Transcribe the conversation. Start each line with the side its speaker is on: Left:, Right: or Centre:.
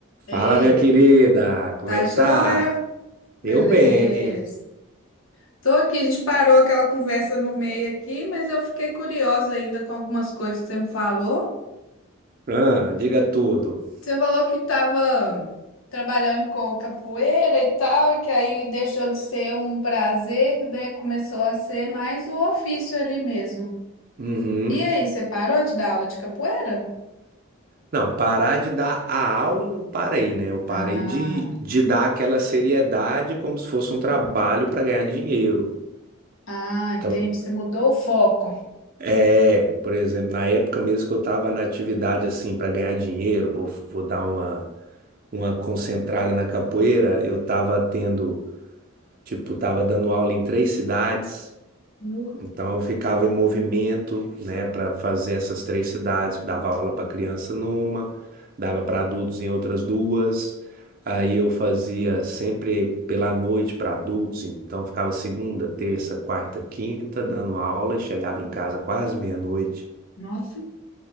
Left: Ei,
Right: Fala, minha querida, como
Left: tá
Right: é que
Left: joia?
Right: tá?
Left: Beleza.
Right: Eu bem.
Left: Tô aqui, a gente parou aquela conversa no meio aqui, mas eu fiquei curiosa ainda com algumas coisas que você me falou.
Right: Ah, diga tudo.
Left: Você falou que tava trabalhando com capoeira e tal, e que aí deixou de ser um prazer, que daí começou a ser mais o ofício ali mesmo.
Right: Uhum.
Left: E aí, você parou de dar aula de capoeira?
Right: Não, parar de dar a aula não parei, né? Eu parei
Left: Ah,
Right: de, de dar aquela seriedade como se fosse um trabalho para ganhar dinheiro.
Left: ah, entendi.
Right: Então,
Left: Você mudou o foco.
Right: é, por exemplo, na época mesmo que eu estava na atividade assim para ganhar dinheiro, vou, vou dar uma, uma concentrada na capoeira, eu estava tendo, tipo, estava dando aula em três cidades.
Left: No-
Right: Então eu ficava em movimento, né, para fazer essas três cidades, dava aula para criança numa, dava para adultos em outras duas. Aí eu fazia sempre pela noite para adultos, então ficava segunda, terça, quarta, quinta dando aula e chegava em casa quase meia-noite.
Left: Nossa,